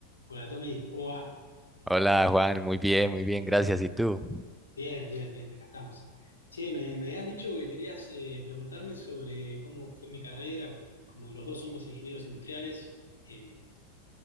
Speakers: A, on the left; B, in the centre.
A: Hola Tommy, ¿cómo va?
B: Hola Juan, muy bien, muy bien, gracias. ¿Y tú?
A: Bien, bien, bien, acá estamos. Che, me, me habías dicho que querías eh, preguntarme sobre cómo fue mi carrera, pues, como los dos somos ingenieros industriales, em,